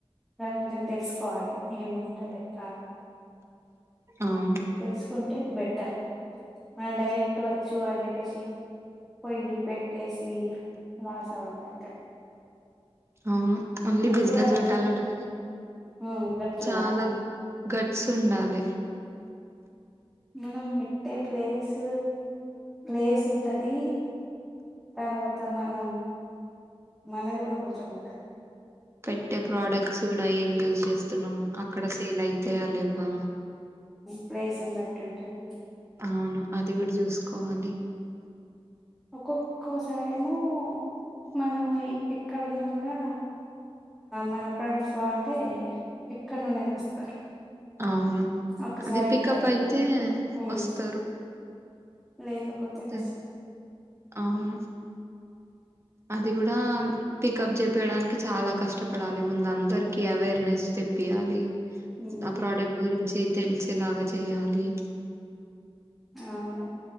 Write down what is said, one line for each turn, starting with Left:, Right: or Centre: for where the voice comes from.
Centre: దాని కొంచెం తెలుసుకోవాలి ఏముంటంది ఎట్లా
Right: అవును
Centre: తెలుసుకుంటే బెటర్ మ డైరెక్ట్ పెట్టువచ్చు అని చెప్పేసి పోయ్యి పెట్టేసి మాస్ అవ్వడం అయితే
Right: ఆ ఓన్లీ
Centre: అది
Right: బిజినెస్
Centre: కూడా
Right: పెట్టాలండి
Centre: ఉమ్, గట్లుండాలి
Right: చాలా గట్ చ ఉండాలి
Centre: మనం పెట్టే ప్లేస్ ప్లేస్ ఉంటుంది తర్వాత మనం మనది కూడా కొంచెం ఉంటది
Right: పెట్టే ప్రోడక్ట్స్ కూడా టైం యూజ స్తున్నాం అక్కడ సేల్ అయితేయ లేవ్ వా
Centre: ప్లేస్ని బట్టి ఉంటది
Right: అవును అది గుడా చూసుకోవాలి
Centre: ఒక్కొక్కోసారేమో మనము ఎక్కడున్నా కూడా మన ప్రొడక్ట్స్ బాంటే ఎక్కడినుండైనా వస్తారు
Right: అవును
Centre: ఒక్కసారి
Right: అది పికప్
Centre: హిట్
Right: అయితే
Centre: ఉమ్
Right: వస్తారు
Centre: లేకపోతే
Right: అంతే
Centre: కష్
Right: అవును అది గుడా పికప్ చెపియడానికి చాలా కష్టపడాలి ముందు అందరికి అవేర్నెస్ తెప్పియాలి
Centre: ఉమ్
Right: ఆ ప్రాడక్ట్ గురించి తెలిసే లాగ జెయాలి
Centre: అవును